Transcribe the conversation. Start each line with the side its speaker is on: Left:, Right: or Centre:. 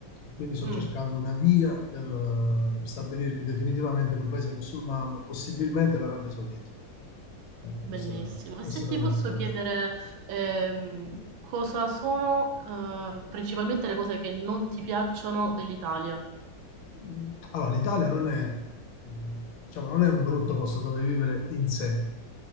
Left: quindi sto
Right: Mm,
Left: cercando una via per eh, stabilirmi definitivamente in un paese musulmano, possibilmente l'Arabia Saudita. Ecco,
Right: bellissimo.
Left: questa è la, questa
Right: E se ti
Left: è la realtà.
Right: posso chiedere, ehm, cosa sono, eh, principalmente le cose che non ti piacciono dell'Italia?
Left: Mm, Allora, l'Italia non è, mm, diciamo, non è un brutto posto dove vivere in sé,